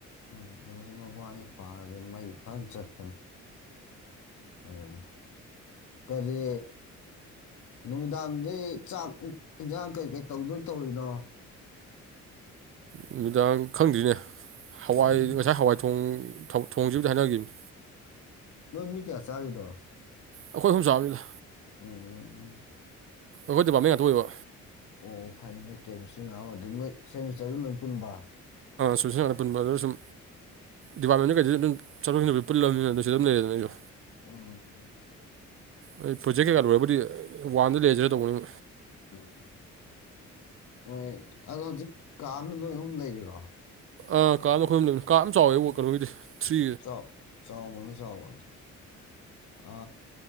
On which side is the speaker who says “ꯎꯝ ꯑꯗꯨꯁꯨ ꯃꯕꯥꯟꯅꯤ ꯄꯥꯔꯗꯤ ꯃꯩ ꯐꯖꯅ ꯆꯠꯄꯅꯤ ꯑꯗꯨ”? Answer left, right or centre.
Left